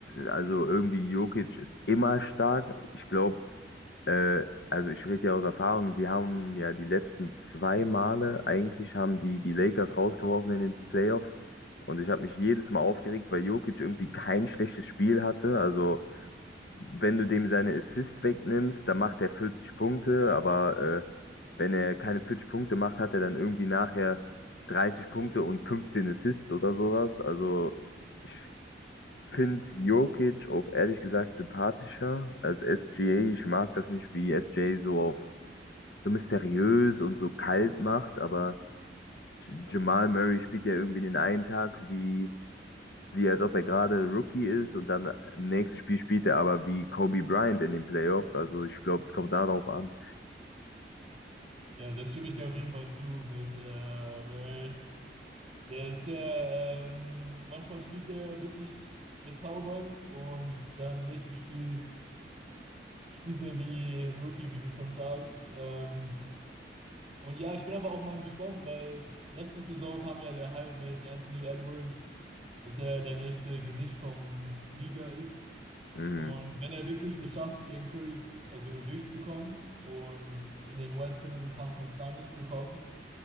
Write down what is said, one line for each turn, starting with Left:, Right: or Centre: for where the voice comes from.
Left: also irgendwie Jokic ist immer stark. Ich glaube, Äh, also ich rede ja aus Erfahrung, die haben ja die letzten zwei Male, eigentlich haben die die Lakers rausgeworfen in den Playoffs und ich habe mich jedes Mal aufgeregt, weil Jokic irgendwie kein schlechtes Spiel hatte. Also wenn du dem seine Assist wegnimmst, dann macht er 40 Punkte, aber äh, wenn er keine 40 Punkte macht, hat er dann irgendwie nachher 30 Punkte und 15 Assists oder sowas. Also ich finde Jokic auch ehrlich gesagt sympathischer als SGA. Ich mag das nicht, wie SGA so auf so mysteriös und so kalt macht, aber J- Jamal Murray spielt ja irgendwie den einen Tag wie, wie als ob er gerade Rookie ist und dann nächstes Spiel spielt er aber wie Kobe Bryant in den Playoffs. Also ich glaube, es kommt darauf an.
Right: Ja, das stimme ich dir auf jeden Fall zu mit äh, Murray. Der ist sehr, ähm, manchmal spielt er wirklich bezaubernd und dann nächstes Spiel. Spielte wie ein Rookie, wie du schon sagst. Ähm, und ja, ich bin aber auch mal gespannt, weil letzte Saison kam ja der Hype mit Anthony Edwards, dass er der nächste Gesicht vom Liga ist.
Left: Mhm.
Right: Und wenn er wirklich das schafft, gegen Curry also durchzukommen und in den Western Conference Finals zu kommen,